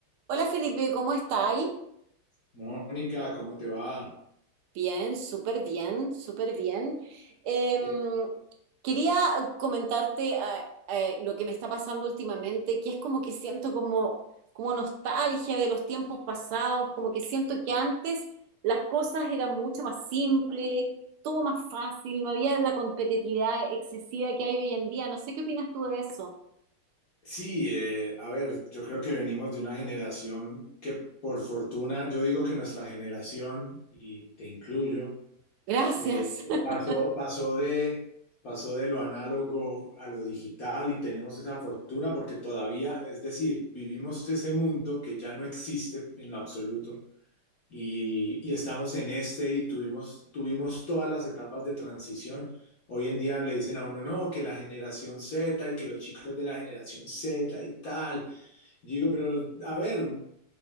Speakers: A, on the right; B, on the left.
A: Hola Felipe, ¿cómo estáis?
B: Mónica, ¿cómo te va?
A: Bien, súper bien, súper bien. Eh,
B: ¿Qué-
A: quería comentarte eh, eh, lo que me está pasando últimamente, que es como que siento como, como nostalgia de los tiempos pasados, como que siento que antes las cosas eran mucho más simples, todo más fácil, no había la competitividad excesiva que hay hoy en día. No sé qué opinas tú de eso.
B: Sí, eh, a ver, yo creo que venimos de una generación que por fortuna, yo digo que nuestra generación, y te incluyo,
A: Gracias.
B: eh,
A: <laughs>
B: pasó, pasó de, pasó de lo análogo a lo digital y tenemos esa fortuna porque todavía, es decir, vivimos ese mundo que ya no existe en lo absoluto y, y estamos en este y tuvimos, tuvimos todas las etapas de transición. Hoy en día le dicen a uno, no, que la generación Z y que los chicos de la generación Z y tal. Yo digo, pero a ver,